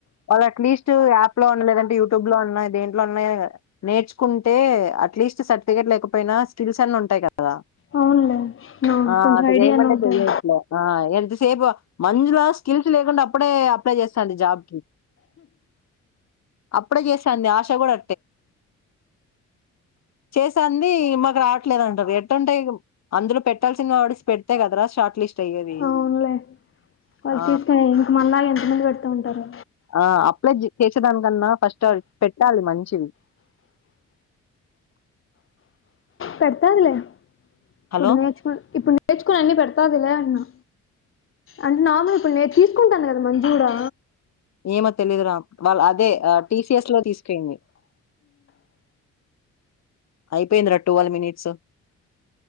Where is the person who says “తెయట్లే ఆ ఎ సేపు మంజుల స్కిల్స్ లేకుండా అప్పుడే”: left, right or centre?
Left